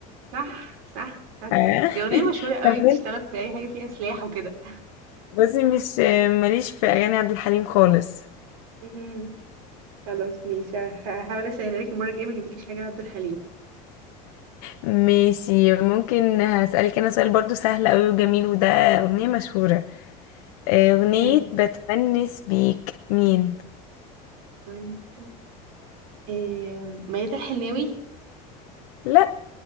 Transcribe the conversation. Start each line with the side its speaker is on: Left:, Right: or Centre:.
Right: صح صح شاطرة
Left: آه.
Right: دي أغنية
Left: <laughs>
Right: مشهورة قوي
Left: حافظ
Right: بتشتغل في أي حاجة فيها سلاح وكده
Left: بصي مش ماليش في اغاني عبد الحليم خالص
Right: <laughs> مهم. خلاص ماشي هح- هحاول اسهل عليك المره الجايه ما اجيبلكيش حاجه لعبد الحليم
Left: ماشي ممكن هسألك انا سؤال برضو سهل قوي وجميل وده اغنية مشهورة آه، اغنية
Right: امم
Left: بتونس بيك مين
Right: وانت إيه ميادة الحناوي
Left: لا